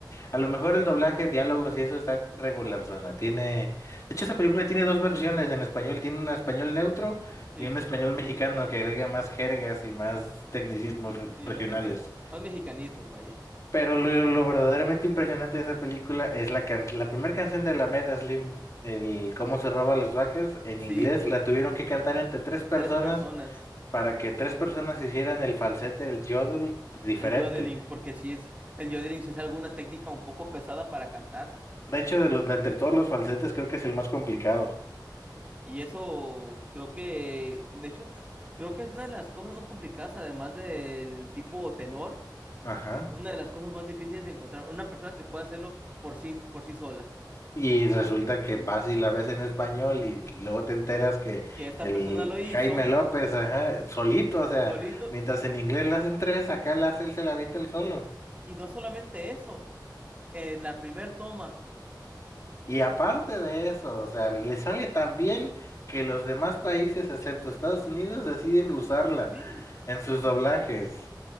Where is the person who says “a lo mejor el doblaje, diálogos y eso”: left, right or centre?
Left